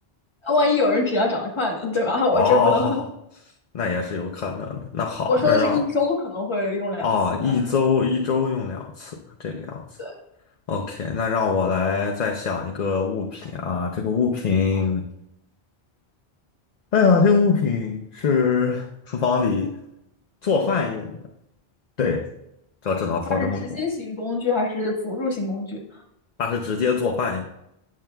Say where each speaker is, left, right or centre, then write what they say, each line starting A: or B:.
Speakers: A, on the left; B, on the left.
A: 万一有人指甲长得快呢，对吧？<laughs>
B: 哦，
A: 我这不能，
B: <laughs> 那也是有可能的。那好，
A: 我说的是一周可能会用两次，
B: 那让啊，一周一周用两次，
A: 大概
B: 这个样子。
A: 对，
B: OK，那让我来再想一个物品啊，这个物品，哎呀，这个物品是厨房里做饭用的，对，这只能放这么多。
A: 它是直接型工具还是辅助型工具？
B: 它是直接做饭用，